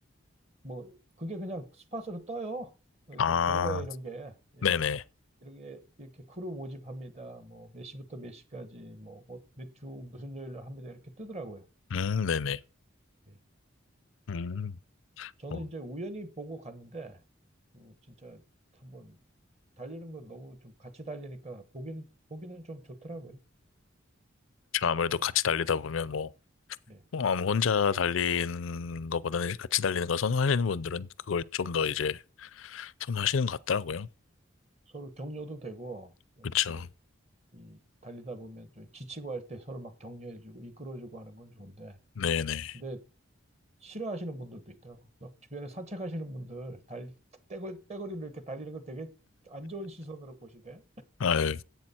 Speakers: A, on the right; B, on the left.
A: 뭐 그게 그냥 스팟으로 떠요. 그러니까
B: 아,
A: 동호회 이런 게 예.
B: 네네.
A: 이렇게 이렇게 크루 모집합니다. 뭐 몇 시부터 몇 시까지 뭐 어, 몇주 무슨 요일로 합니다. 이렇게 뜨더라고요.
B: 음, 네네.
A: 예.
B: 음,
A: 저는
B: 뭐,
A: 이제 우연히 보고 갔는데, 그 진짜 한번 달리는 건 너무 좀 같이 달리니까 보기는, 보기는 좀 좋더라고요.
B: 저 아무래도 같이 달리다 보면 뭐,
A: 예.
B: 뭐 아무 혼자 달리는 것보다는 이제 같이 달리는 걸 선호하시는 분들은 그걸 좀 더 이제 선호하시는 것 같더라고요.
A: 서로 격려도 되고, 좀
B: 그쵸.
A: 이제 이 달리다 보면 좀 지치고 할 때 서로 막 격려해주고 이끌어주고 하는 건 좋은데,
B: 네네.
A: 근데 싫어하시는 분들도 있더라고. 막 주변에 산책하시는 분들, 달, 떼거, 떼거리로 이렇게 달리는 거 되게 안 좋은 시선으로 보시대.
B: 아유,